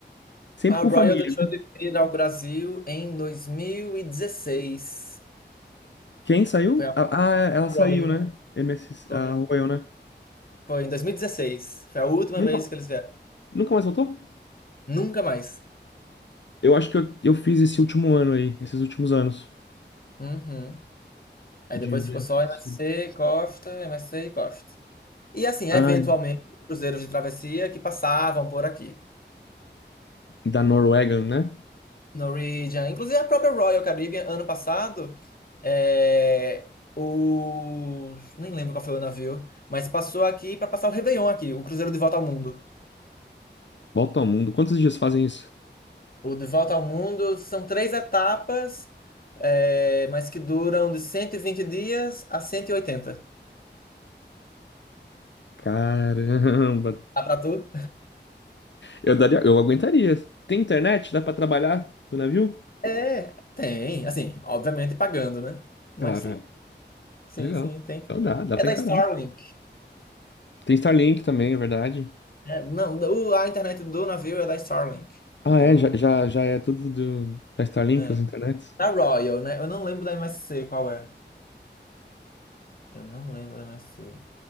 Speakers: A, on the left; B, on the left.
A: Sempre
B: A
A: com
B: Royal
A: família,
B: deixou
A: né?
B: de vir ao Brasil em 2016.
A: Quem saiu?
B: Foi a
A: Ah, ah, é, ela saiu,
B: Royal.
A: né? MSC,
B: Foi,
A: a Royal, né?
B: foi em 2016. Foi a última
A: Nunca,
B: vez que eles vieram.
A: nunca mais voltou?
B: Nunca mais.
A: Eu acho que eu, eu fiz esse último ano aí, esses últimos anos
B: Uhum. Aí
A: de,
B: depois
A: de
B: ficou
A: MSC.
B: só MSC, Costa, MSC e Costa. E assim,
A: Ah,
B: eventualmente, cruzeiros de travessia que passavam por aqui.
A: da Norwegian, né?
B: Norwegian, inclusive a própria Royal Caribbean, ano passado, é, os... nem lembro qual foi o navio, mas passou aqui para passar o Réveillon aqui, o cruzeiro de volta ao mundo.
A: Volta ao mundo. Quantos dias fazem isso?
B: O De Volta ao Mundo são três etapas, é, mas que duram de 120 dias a 180.
A: Caramba.
B: Dá pra tu?
A: Eu daria, eu aguentaria. Tem internet? Dá pra trabalhar do navio?
B: É, tem. Assim, obviamente pagando, né? Mas
A: Claro.
B: sim, sim,
A: Legal.
B: sim, tem.
A: Então dá, dá
B: É
A: pra
B: da
A: encarar.
B: Starlink.
A: Tem Starlink também, é verdade.
B: né? não, o- a internet do navio é da Starlink.
A: Ah,
B: Então,
A: é, já, já, já é tudo do, da Starlink,
B: é.
A: as internets.
B: Da Royal, né? Eu não lembro da MSC qual é. Eu não lembro da MSC.